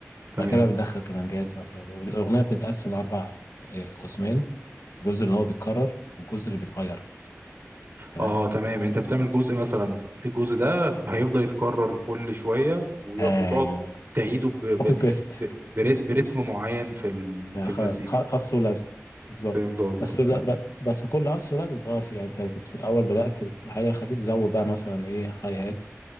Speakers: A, on the right; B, on the left.
A: تمام
B: بعد كده بيدخل كمانجات مثلا الاغنيه بتتقسم اربع آه، قسمين الجزء اللي هو بيتكرر والجزء اللي بيتغير تمام
A: اه تمام انت بتعمل جزء مثلا الجزء ده هيفضل يتكرر كل شويه وي-
B: ايوه
A: وتقعد تعيده ب... ب...
B: كوبي بيست
A: ب... بر- برتم معين في ال...
B: يعني
A: في
B: خ-
A: المزيكا
B: خ- قص ولزق بالظبط
A: فهمت قصدك
B: بس ب-
A: فهمت
B: ب- بس كل قص ولزق بتغير فيه يعني انت كنت في الاول بدات بحاجه خفيفه زود بقى مثلا ايه هاي هات